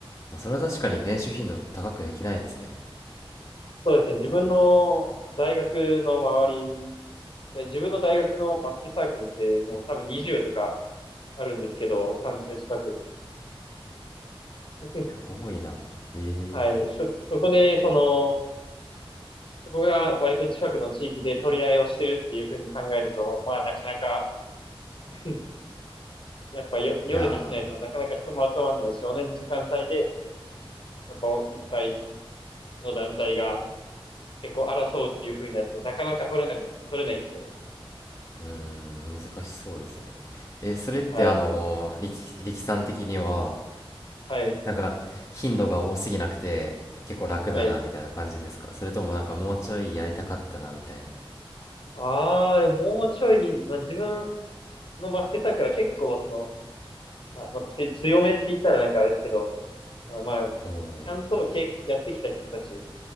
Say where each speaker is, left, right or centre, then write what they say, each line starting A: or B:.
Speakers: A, on the left (about 30°); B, on the left (about 60°).
A: あ、それは確かに練習頻度高くできないですね。
B: そうですね。自分の大学の周り、
A: あ
B: で自分の大学のバスケサークルってもう多分20とかあるんですけど、30近く。<laughs>
A: ー、多いな。え
B: はい。そ、そこで、その、そこが割と近くの地域で取り合いをしてるっていうふうに考えると、まあなかなか、<laughs> やっぱよ、夜にしないとなかなか人も集まらないし、
A: ー、いや
B: 同じ時間帯で、やっぱいっぱいの団体が結構争うっていうふうになると、なかなか取れない、取れないんですよね。
A: ー、うーん、難しそうですね。えー、それってあのー力、
B: はい。
A: 力さん的には、
B: はい。
A: なんか頻度が多すぎなくて、結構楽だな、
B: はい。
A: みたいな感じですかそれともなんかもうちょいやりたかったな、みたいな。
B: ああ、もうちょい、まあ、自分、のバスケサークルは結構、その、まあ、まあつ強めって言ったらなんかあれですけど、あのまあ、
A: おお、
B: ちゃんとけやってきた人たち